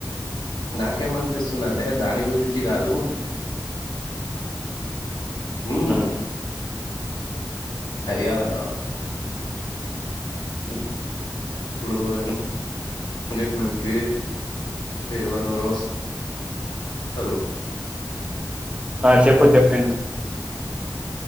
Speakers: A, on the left; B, on the right.
A: నాకేమనిపిస్తుందంటే దాని గురించి కాదు. ఉమ్.
B: ఆ.
A: అది కాదు అన్నా. ఇప్పుడు ఎంగేజ్మెంట్ కి. ఎవరేవరువస్ రు.
B: ఆ చెప్పు చెప్పు